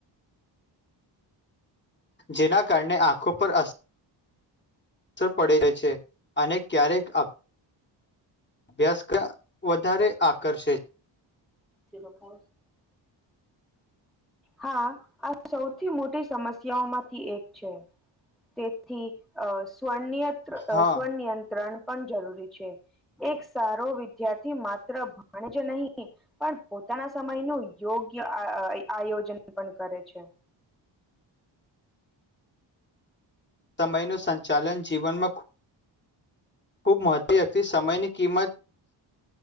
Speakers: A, on the left; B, in the centre.
A: જેના કારણે આંખો પર અસર અસર પડે જાય છે, અને ક્યારેક અભ્યાસક્રમ વધારે આકર્ષે છે.
B: જે વખત હા, આ સૌથી મોટી સમસ્યા ઓ માંથી એક છે. તેથી સ્વનિયંત
A: હા
B: સ્વનિયંત્રણ પણ જરૂરી છે. એક સારો વિદ્યાર્થી માત્ર ભણે જ નહીં પણ પોતાના સમયનું યોગ્ય. આયોજન પણ કરે છે.
A: સમયનું સંચાલન જીવનમાં ખૂબ. ખુબ મહત્વનુ, વ્યક્તિ સમયની કિંમત